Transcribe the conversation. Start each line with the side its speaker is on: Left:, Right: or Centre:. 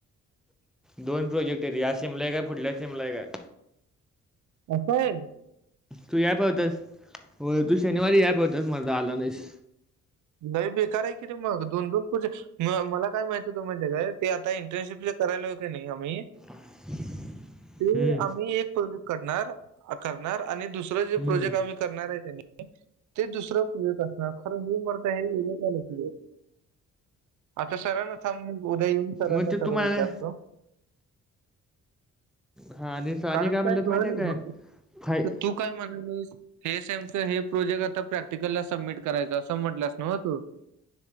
Centre: दोन प्रोजेक्ट आहेत, या सेमले एक आहे, फुडल्या सेमला एक आहे.
Right: आता आहे?
Centre: तू याय पाहिजे होतास होय तू शनिवारी याय पाहिजे होतास मर्दा आला नाहीस.
Right: लय बेकार आहे कि रे मग दोन दोन प्रोजेक्टस म मला काय माहिती होते माहितेय का? ते आता एंट्रन्सशिप जे करायलोय कणी आम्ही
Centre: <inaudible>
Right: ते
Centre: हं,
Right: आम्ही एक प्रोजेक्ट करणार अ करणार आणि दुसरं जे
Centre: हं.
Right: प्रोजेक्ट आम्ही करनार आहे कनी, ते दुसर असणार हे आता सर ना उद्या येऊन सरांना
Centre: मग ते
Right: सगळं
Centre: तुम्हाला
Right: विचारतो.
Centre: हां आणि आणि
Right: कारण
Centre: म्हणलात
Right: काय त, तूऽ
Centre: माहिती आहे
Right: <unintelligible>
Centre: काय फाय
Right: तु काय म्हणालायस, हे सेमच हे प्रोजेक्ट आता प्रॅक्टिकलला सबमिट करायचं, असं म्हटलास असं न तु